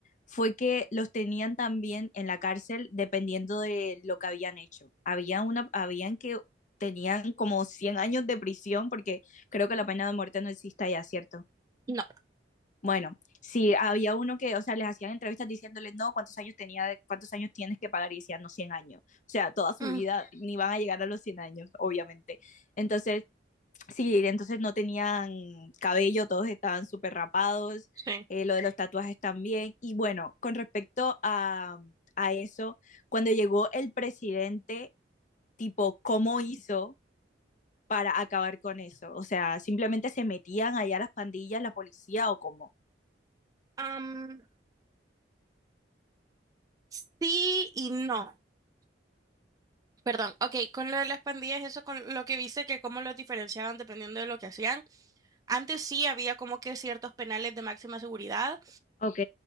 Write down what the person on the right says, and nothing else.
no.
Mm,
sí.
Am, sí y no. Perdón, ok, con lo de las pandillas, eso con lo que viste, que cómo los diferenciaban dependiendo de lo que hacían. Antes sí había como que ciertos penales de máxima seguridad,